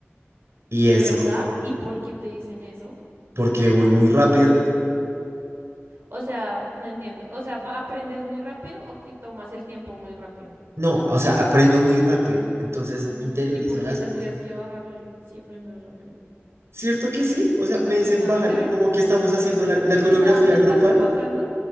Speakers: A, on the right; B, on the right.
A: Y
B: ¿De
A: eso,
B: verdad? ¿Y por qué te dicen eso?
A: porque voy muy rápido.
B: O sea, no entiendo. O sea, ¿va- ¿aprendes muy rápido o que tomas el tiempo muy rápido?
A: No, o sea, aprendo muy rápido. Entonces,
B: Ah,
A: interiorizo
B: ¿y por
A: las
B: qué tendrías
A: cosas.
B: que bajarle si aprendes rápido?
A: ¿Cierto que sí? O sea, me
B: Sí,
A: dicen,
B: nada
A: bájale,
B: que ver.
A: como que estamos haciendo la, la coreografía
B: O sea, me estás
A: grupal.
B: opacando.